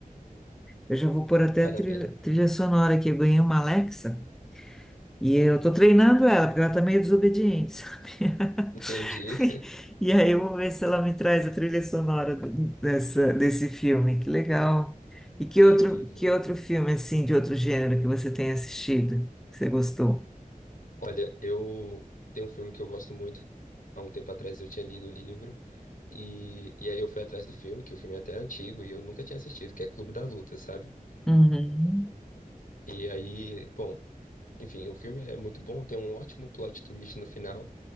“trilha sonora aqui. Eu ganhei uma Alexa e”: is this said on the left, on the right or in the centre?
Centre